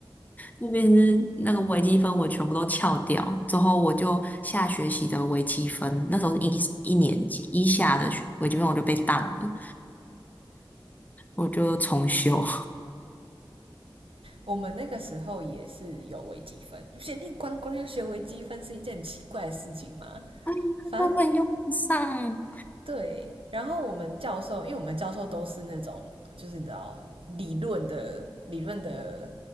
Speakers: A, on the left; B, on the right.
A: 那边是那个微积分，我全部都翘掉。之后我就下学期的微积分，那时候是一一年级一下的学微积分，我就被当了，我就重修，
B: 我们那个时候也是有微积分，不是你光光要学微积分是一件很奇怪的事情吗？
A: <laughs>
B: 反正
A: 根本用不上。
B: 对，然后我们教授，因为我们教授都是那种，就是你知道理论的理论的